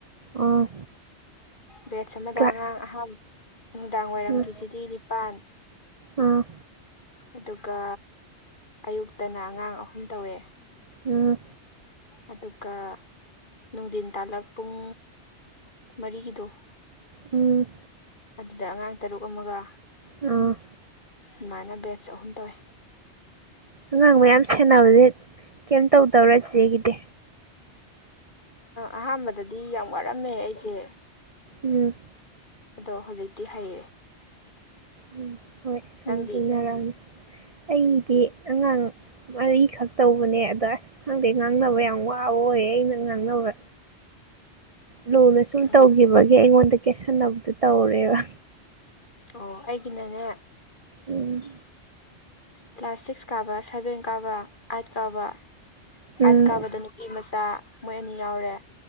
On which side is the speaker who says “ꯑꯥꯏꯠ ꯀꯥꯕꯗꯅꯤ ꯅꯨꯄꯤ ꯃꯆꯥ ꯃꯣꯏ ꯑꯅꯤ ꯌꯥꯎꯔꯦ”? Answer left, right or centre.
Left